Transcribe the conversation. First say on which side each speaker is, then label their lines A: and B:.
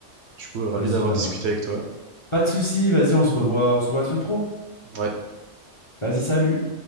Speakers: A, on the right (about 65°); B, on the left (about 30°).
A: Du coup, ravi
B: vas-y,
A: d'avoir
B: bah,
A: discuté avec toi.
B: pas de souci, vas-y, on se revoit, on se revoit la semaine pro.
A: Ouais.
B: Vas-y, salut.